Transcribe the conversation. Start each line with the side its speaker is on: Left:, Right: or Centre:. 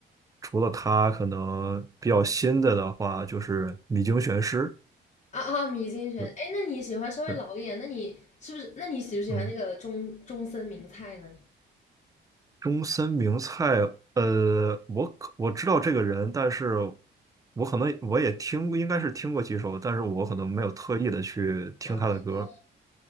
Right: 除了他，可能比较新的的话，就是米津玄师。
Left: 啊啊，米津玄，
Right: 对
Left: 哎，那你喜欢稍微老一点？
Right: 对，
Left: 那你是不是？那你喜不喜欢那个中中森明菜呢？
Right: 嗯，中森明菜，呃，我可我知道这个人，但是我可能我也听过应该是听过几首，但是我可能没有特意的去听他的歌。
Left: 啊